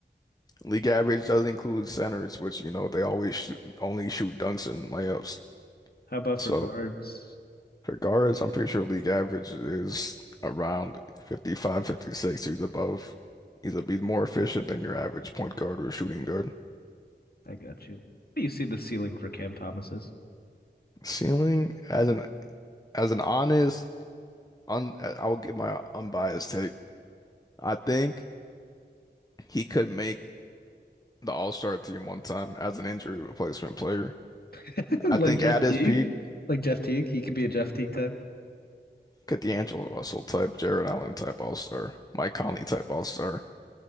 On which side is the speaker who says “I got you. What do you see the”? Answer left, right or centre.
Left